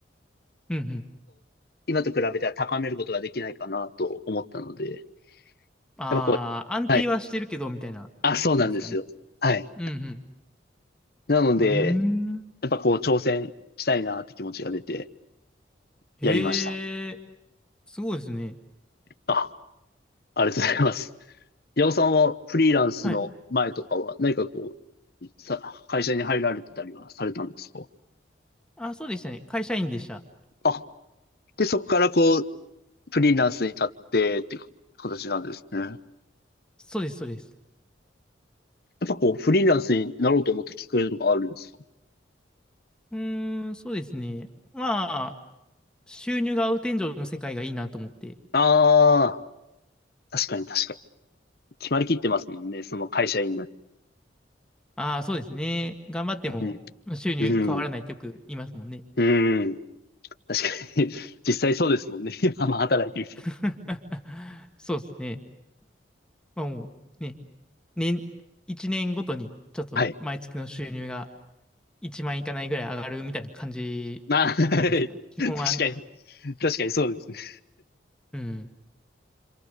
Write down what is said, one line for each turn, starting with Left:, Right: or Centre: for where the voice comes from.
Centre: うんうん。
Left: 今と比べては高めることができないかなと思ったので、
Centre: ああ、
Left: やっぱこう、
Centre: 安定はしてるけど、
Left: はい、
Centre: みたいな感じですかね。
Left: あ、そうなんですよ。はい。
Centre: うん
Left: なので、
Centre: うん。うーん。
Left: やっぱこう挑戦したいなって気持ちが出て
Centre: へえ、
Left: やりました。
Centre: すごいですね。
Left: あ、ありがとうございます。ヤ尾さんはフリーランスの前とかは何かこう、
Centre: はい。
Left: さ、会社に入られてたりはされたんですか
Centre: あ、そうでしたね。会社員でした。
Left: あ、で、そこからこう、フリーランスに立ってっていう形なんですね。や
Centre: そうです、そうです。
Left: っぱこう、フリーランスになろうと思ったきっかけとかあるんですか
Centre: うーん、そうですね。まあ、収入が合う天井の世界がいいなと思って。
Left: ああー、確かに確かに。決まりきってますもんね、その会社員が。
Centre: ああ、そうですね。頑張っても収入変わらないってよく言いますもんね。
Left: うん、うん、うん。確かに。<laughs> 実際そうですもんね。今、まあ働いてみて。
Centre: <laughs> そうですね。まあもうね、年、1年ごとにちょっと毎月の収入が
Left: はい。
Centre: 1万いかないぐらい上がるみたいな感じじゃないですか。
Left: <laughs> まあ、<laughs> 確かに、
Centre: 基本は、
Left: 確かにそうですね。っ
Centre: うん。